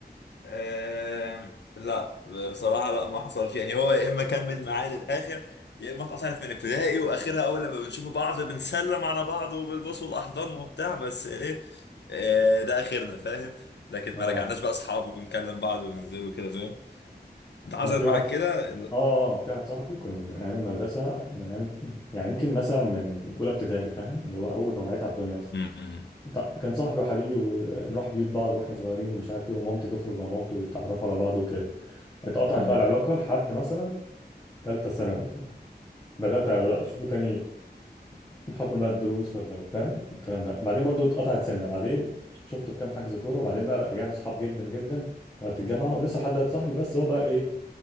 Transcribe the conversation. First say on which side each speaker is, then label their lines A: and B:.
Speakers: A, on the left; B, on the left.
A: آم، لا بصراحه لا ما حصلش يعني هو يا اما كمل معاه للاخر يا اما اتقطعت من ابتدائي واخرها اول لما بنشوف بعض بنسلم على بعض وبالبوس والاحضان وبتاع بس ايه آه، ده اخرنا فاهم لكن
B: اه
A: ما رجعناش بقى اصحاب وبنكلم بعض وننزل وكده فاهم انت حصلت
B: انا في واحد
A: معاك كده
B: اه اه في واحد صاحبي كان من ايام المدرسه من ايام يعني ممكن مثلا من اولى ابتدائي فاهم اللي هو اول ما وعيت على الدنيا اصلا
A: امم
B: ط- كان صاحبي وحبيبي ونروح بيوت بعض واحنا صغيرين ومش عارف ايه ومامتي تخرج مع مامته ويتعرفوا على بعض وكده اتقطعت
A: امم
B: بقى العلاقه لحد مثلا ثالثه ثانوي كده بدات اشوفه تاني بحكم بقى الدروس ولا فاهم الكلام ده بعدين برضو اتقطعت سنه بعدين شفته في كام حجز كوره وبعدين بقى رجعنا اصحاب جدا جدا وقت الجامعه ولسه لحد دلوقتي صاحبي بس هو بقى ايه